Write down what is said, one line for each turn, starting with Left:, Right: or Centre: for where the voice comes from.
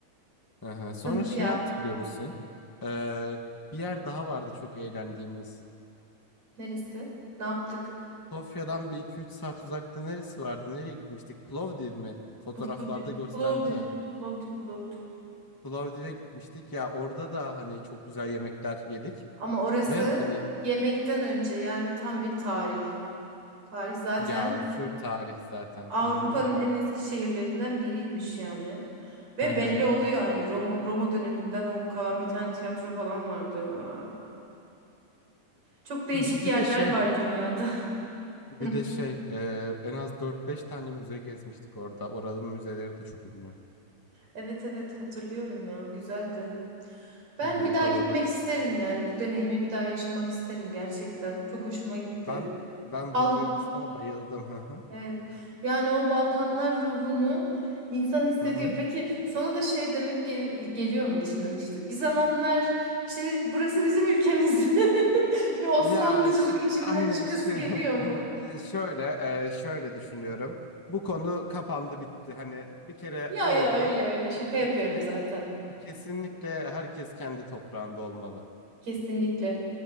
Left: Hı hı.
Right: Sıkıntı
Left: Sonra şeyi
Right: ya.
Left: hatırlıyor musun? Ee, bir yer daha vardı çok eğlendiğimiz.
Right: Neresi? Ne yaptık?
Left: Sofya'dan bir iki üç saat uzakta neresi vardı? Nereye gitmiştik? Plovdiv mi? Fotoğraflarda
Right: Plovdiv.
Left: gösterdi
Right: Plovdiv.
Left: de.
Right: Plovdiv. Plovdiv.
Left: Plovdiv'e gitmiştik. Ya orada da hani çok güzel yemekler yedik.
Right: Ama orası
Left: Ve hani
Right: yemekten önce yani tam bir tarih. Tarih zaten
Left: ya full tarih zaten.
Right: Avrupa'nın
Left: Hı hı.
Right: en eski şehirlerinden biriymiş yani. Ve
Left: Hı hı.
Right: belli oluyor hani Roma, Roma döneminden o kalan bir tane tiyatro falan vardı. Aa, Çok değişik
Left: Hı hı.
Right: yerler
Left: Bir de şey,
Right: var dünyada.
Left: bir
Right: <laughs>
Left: de şey e, en az dört beş tane müze gezmiştik orada. Oraların müzeleri de çok ünlü.
Right: Evet evet hatırlıyorum ya güzeldi. Ben
Left: Hı hı,
Right: bir daha
Left: Doğru.
Right: gitmek isterim yani bu deneyimi bir daha yaşamak isterim gerçekten. Çok hoşuma gitti.
Left: Ben ben
Right: Al,
Left: Bulgaristan'a bayıldım. Hı hı.
Right: evet. Yani o Balkanlar ruhunu insan hissediyor.
Left: Hı hı.
Right: Peki sana da şey demek gel- geliyor mu içinden işte? Bir zamanlar işte burası bizim ülkemiz. <laughs> Bir Osmanlıcılık
Left: Ya şi-
Right: içinden
Left: hani
Right: çıkası
Left: şi-
Right: geliyor mu?
Left: <laughs> şöyle e, şöyle düşünüyorum. Bu konu kapandı bitti. Hani bir kere
Right: Ya
Left: oldu,
Right: ya öyle öyle şaka
Left: şimdi
Right: yapıyorum
Left: bitti.
Right: zaten.
Left: Kesinlikle herkes kendi toprağında olmalı.
Right: Kesinlikle.